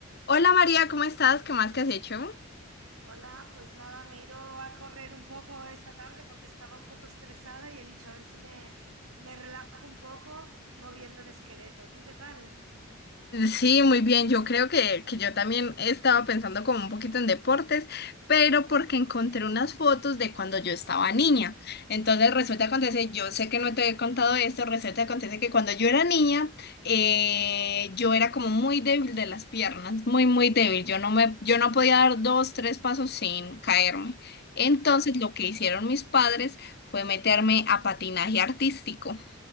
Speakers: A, on the left; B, on the right.
A: Hola María, ¿cómo estás? ¿Qué más que has hecho?
B: Hola, pues nada, me he ido a correr un poco esta tarde porque estaba un poco estresada y he dicho a ver si me, me relajo un poco moviendo el esqueleto. ¿Tú qué tal?
A: Sí, muy bien. Yo creo que, que yo también estaba pensando como un poquito en deportes, pero porque encontré unas fotos de cuando yo estaba niña. Entonces resulta acontece, yo sé que no te he contado esto, resulta acontece que cuando yo era niña, eh, yo era como muy débil de las piernas, muy, muy débil. Yo no me, yo no podía dar dos, tres pasos sin caerme. Entonces
B: No, no.
A: lo que hicieron mis padres fue meterme a patinaje artístico.